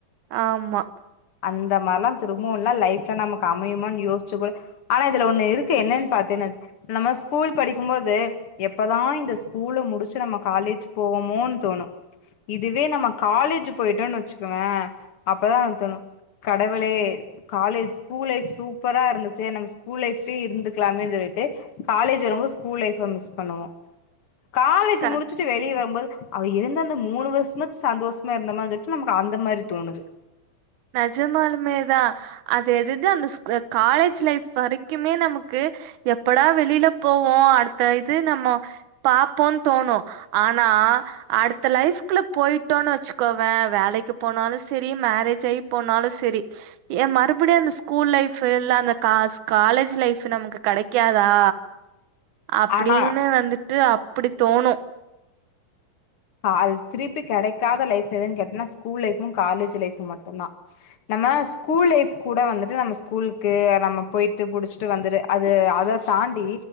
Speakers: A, on the right (about 65°); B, on the left (about 45°).
A: ஆமா
B: அந்த மாரிலா திரும்பவுல்லா லைஃப்ல நமக்கு அமையுமானு யோசிச்சு கூட ஆனா இதுல ஒண்ணு இருக்கு என்னன்னு பாத்தேன்னு நம்ம ஸ்கூல் படிக்கும்போது எப்பதா இந்த ஸ்கூல முடிச்சு நம்ம காலேஜ் போவோமோன் தோணு இதுவே நம்ம காலேஜ் போயிட்டோன்னு வச்சுக்குவே அப்பதா தோணு கடவுளே காலேஜ் ஸ்கூல் லைஃப் சூப்பரா இருந்துச்சே நம்ம ஸ்கூல் லைஃப்லே இருந்துக்கலாமே சொல்லிட்டு காலேஜ் வரும்போது ஸ்கூல் லைஃப்ப மிஸ் பண்ணுவோ காலேஜ்
A: க
B: முடிச்சு ட்டு வெளிய வரும்போது அவ இருந்தந்த மூணு வருஷமாது சந்தோஷமா இருந்த மாரி இருந்துட்டு நமக்கு அந்த மாரி தோணுது
A: நெஜமாலுமே தா அது எதது அந்த காலேஜ் லைஃப் வரைக்குமே நமக்கு எப்படா வெளியில போவோ அடுத்த இது நம்ம பாப்போன்னு தோணு ஆனா அடுத்த லைஃப்க்குள்ள போயிட்டோன்னனு வெச்சுக்கோவே வேலைக்கு போனாலு சரி மேரேஜ் ஆயி போனாலு சரி ஏ மறுபடியு அந்த ஸ்கூல் லைஃப் இல்ல அந்த கா காலேஜ் லைஃப் நமக்கு கிடைக்காதா அப்படின்னு
B: ஆனா
A: வந்துட்டு அப்படி தோணு
B: ஆ அது திருப்பி கிடைக்காத லைஃப் எதுன்னு கேட்டேன்னா ஸ்கூல் லைஃபு காலேஜ் லைஃபு மட்டுந்தா நம்ம ஸ்கூல் லைஃப் கூட வந்துட்டு நம்ம ஸ்கூலுக்கு நம்ம போய்ட்டு புடிச்சிட்டு வந்துரு அது அத தாண்டி